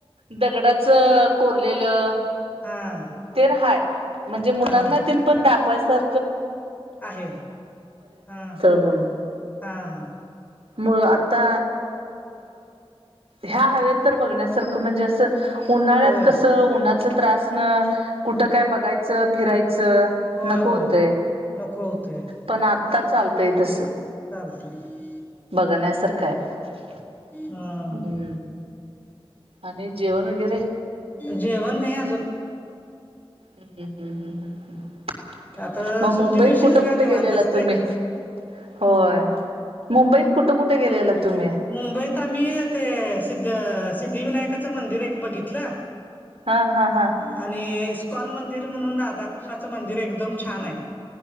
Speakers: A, on the right (about 85°); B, on the left (about 20°).
A: दगडाच कोरलेलं..
B: हा.....
A: ते हाय म्हणजे मुलांना
B: हा
A: ते पण दाखवायचं
B: आहे हा
A: म्हणून
B: हा हां....
A: मु आता ह्या हव तर बघण्यासारखं म्हणजे असं.... उन्हाळ्यात
B: होय
A: कसं उन्हाच त्रास न कुठं काय बघायचं फिरायचं...
B: होय
A: नको
B: होय
A: होतय
B: नको होतय
A: पण आता चालतय तस.....
B: चालतय....
A: बघण्यासारखं आहे
B: हा
A: हम्म.... आणि जेवण वगैरे...
B: जेवण नाही अजून....
A: हम्म हम्म हम्म हम्म हम्म
B: आता
A: मग मुंबईत
B: सुट्टी दिवशी
A: कुठं
B: जरा
A: कुठे
B: निवांत
A: गेलेला
B: असतय
A: तुम्ही? होय मुंबईत कुठं कुठे गेलेला तुम्ही?
B: मुंबईत आम्ही ते सिद्ध सिद्धिविनायकाचं मंदिर एक बघितलं....
A: हा हा हा....
B: आणि इस्कॉन मंदिर म्हणून राधाकृष्णाचं मंदिर एकदम छान आहे.....